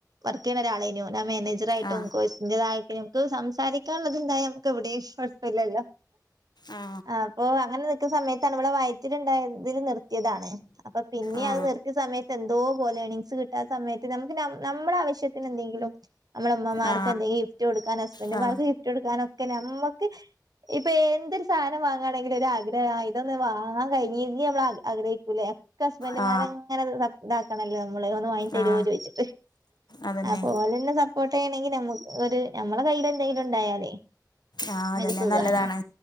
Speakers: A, on the right (about 60°); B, on the left (about 75°).
A: വർക്ക് ചെയ്യണ ഒരാളേനു ഞാൻ മാനേജർ ആയിട്ടും
B: ആ
A: കോയ്‌സ് എൻ്റതായ നമക്ക് സംസാരിക്കാനുള്ളത് ഇണ്ടായ നമുക്ക് എവിടെയും കൊയപ്പല്യാലോ
B: ആ
A: ആപ്പൊ അങ്ങനെ നിക്ക സമയത്താണ് ഇവളെ വയറ്റിലുണ്ടായതിൽ നിർത്തിയതാണ് അപ്പൊ പിന്നെ
B: ആ
A: അത് നിർത്തിയ സമയത്ത് എന്തോ പോലെയാണെനിക്ക് കിട്ടാ സമയത്ത് നമുക്ക് നമ്മുടെ ആവശ്യത്തിന് എന്തെങ്കിലും നമ്മുടെ അമ്മമാർക്ക്
B: ആ
A: എന്തെങ്കിലും ഗിഫ്റ്റ് കൊടുക്കാൻ അസ്ബന്റ്
B: ആ
A: മാർക്ക് ഗിഫ്റ്റ് കൊ ടുക്കാനൊക്കെ നമ്മക്ക് ഇപ്പൊ എന്തൊരു സാധനം വാങ്ങാണെങ്കിലും ഒരു ആഗ്രഹ ഇതൊന്ന് വാങ്ങാൻ കഴിഞ്ഞീനെകി നഞമ്മൾ ആഗ്രഹിക്കൂലേ ഒക്കെ അസ്ബന്ഡുമാരെങ്ങനെ
B: ആ
A: ഇതാക്കണല്ലോ നമ്മള് ഒന്ന് വാങ്ങി തരുവോ
B: ആ
A: ചോദിച്ചിട്ട്
B: അതന്നെ
A: അപ്പോ ഓലെന്നെ സപ്പോർട്ട് ചെയ്യണെങ്കി നമ്മക്ക് ഒരു നമ്മളെ കൈൽ എന്തെങ്കിലുണ്ടായാലേയ്
B: ആ അതന്നെ
A: ഒരു സുഖാണ്
B: നല്ലതാണ്